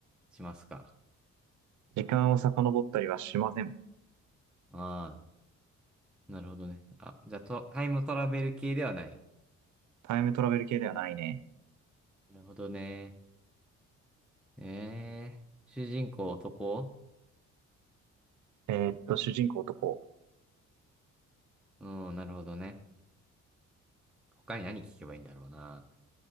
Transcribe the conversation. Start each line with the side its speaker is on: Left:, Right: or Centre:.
Centre: しますか。
Right: 時間を遡ったりはしません。
Centre: ああ、なるほどね。あ、じゃあと、タイムトラベル系ではない。
Right: タイムトラベル系ではないね。
Centre: なるほどね。ええ、主人公男
Right: えーっと、主人公男。
Centre: うん、なるほどね。他に何聞けばいいんだろうな。